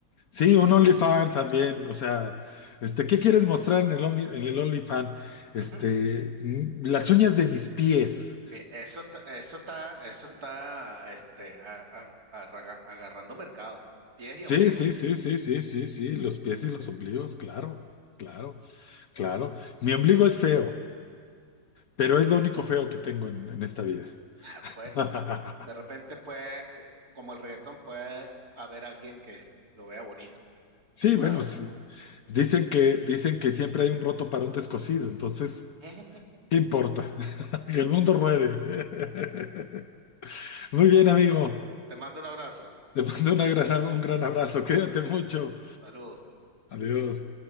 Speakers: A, on the left; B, on the right.
A: sí, un OnlyFans también. O sea, este, ¿qué quieres mostrar en el Only- en el OnlyFans? Este,
B: <laughs>
A: mm, las uñas de mis pies.
B: Bien, Eso está, eso está, eso está este, a- a- arraga- agarrando mercado, pies y
A: Sí,
B: ombligo.
A: sí, sí, sí, sí, sí, sí, los pies y los ombligos, claro, claro, claro. Mi ombligo es feo, pero es lo único feo que tengo en, en esta vida.
B: Ah, pues,
A: <laughs>
B: de repente, pues, como el reggaetón, puede haber alguien que lo vea bonito, pues.
A: Sí,
B: ¿Quién sabe?
A: bueno, sí. Dicen que, dicen que siempre hay un roto para un descosido, entonces,
B: <laughs>
A: ¿qué importa? <laughs> Que el mundo ruede. <laughs> Muy bien, amigo.
B: Te mando un abrazo.
A: Te mando una gran- un gran abrazo. Cuídate mucho.
B: Saludos.
A: Adiós.